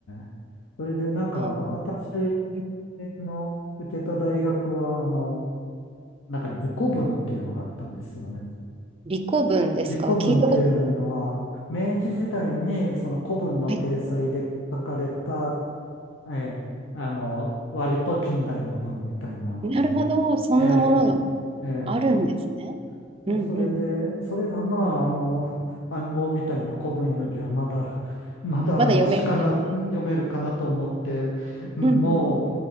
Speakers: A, on the left; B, on the right.
A: えそれでなんか、
B: も
A: 私
B: う
A: の受けた大学は、あの、なんか理古文っていうのがあったんですよね。
B: 理古文ですか聞いたこと
A: 李古文っていうのは、明治時代にその古文の体裁で書かれた、
B: ない。
A: ええ、あの、割と近代の文みたいなので、
B: なるほど。そんなものが
A: ええ、ええ、
B: あるんですね。
A: う
B: うんうん。
A: んそれで、それがまあ、あの、暗号みたいな古文よりはまだ、まだマシかな、
B: まだ読める感じ。
A: うん読めるかなと思って、うんも
B: うんうん。